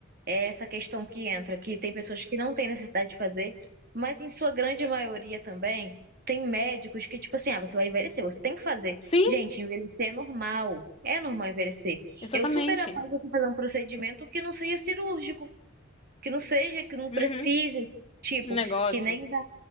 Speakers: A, on the right; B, on the left.
A: É essa questão que entra, que tem pessoas que não têm necessidade de fazer, mas em sua grande maioria também tem médicos que, tipo assim, ah, você vai envelhecer, você tem que fazer.
B: Sim,
A: Gente, envelhecer é normal. É normal envelhecer.
B: exatamente.
A: Eu super apoio você fazer um procedimento que não seja cirúrgico que não seja, que não
B: Uhum,
A: precise, tipo,
B: um negócio.
A: que nem da,